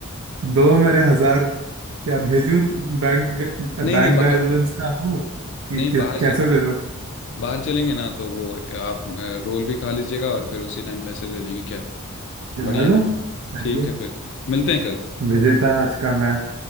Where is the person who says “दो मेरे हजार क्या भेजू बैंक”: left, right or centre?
Right